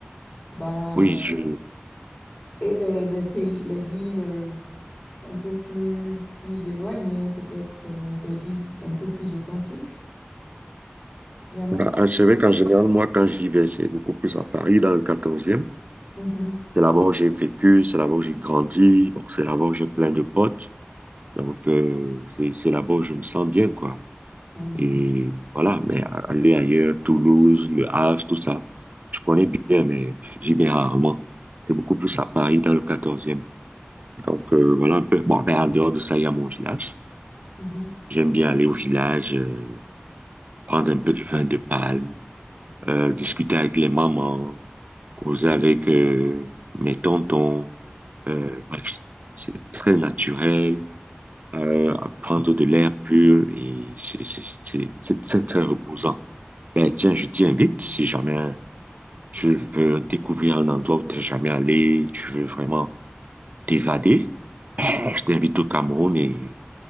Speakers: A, on the left; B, on the right.
A: bah,
B: oui. Je,
A: et et les, les pays, les villes euh, un peu plus, plus éloignées, peut-être euh, des villes un peu plus authentiques, il y en a
B: bah,
A: pas.
B: je savais qu'en général, moi, quand j'y vais, c'est beaucoup plus à Paris, dans le 14e.
A: Mhm.
B: C'est là-bas où j'ai vécu, c'est là-bas où j'ai grandi, bon, c'est là-bas où j'ai plein de potes. Donc, euh, c'est c'est là-bas où je me sens bien, quoi.
A: Mhm.
B: Et voilà, mais aller ailleurs, Toulouse, Le Havre, tout ça, je connais bien, mais j'y vais rarement. C'est beaucoup plus à Paris, dans le 14e. Donc euh, voilà un peu. Bon, ben, en dehors de ça, il y a mon village.
A: Mhm.
B: J'aime bien aller au village, euh, prendre un peu de vin de palme, euh, discuter avec les mamans, causer avec euh, mes tontons. Euh, bref, c'est c'est très naturel, euh, à prendre de l'air pur et c'est c'est- c'est- c'est très, très reposant. Ben, tiens, je t'invite si jamais tu veux découvrir un endroit où tu n'es jamais allé, tu veux vraiment t'évader, ben, je t'invite au Cameroun et